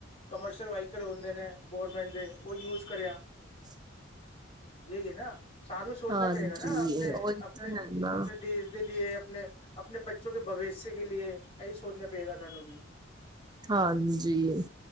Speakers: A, on the left; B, on the right.
A: ਕਮਰਸ਼ੇਅਲ ਵਾਈਕਲ ਹੁੰਦੇ ਨੇ ਗੋਰਮੈਂਟ ਦੇ ਔ ਯੂਜ ਕਰੇਯਾ।
B: <inaudible>
A: ਯਈ ਨਾ ਸਾਨੂੰ ਸੋਚਣਾ
B: ਹਾਂਜੀ
A: ਪਏਗਾ ਨਾ ਅਪਣੇ-ਅਪਣੇ-ਅਪਣੇ
B: ਉਹੀ ਤਾਂ ਹੈ ਨਾ
A: ਦੇਸ਼ ਏ ਅਪਣੇ-ਅਪਣੇ ਬੱਚੋ ਕੇ ਬਵਿਸ਼ ਕੇ ਲੀਏ ਏਈ ਸੋਚਣਾ ਪਏਗਾ ਸਾਨੂੰ ਬੀ।
B: ਹਾਂਜੀ!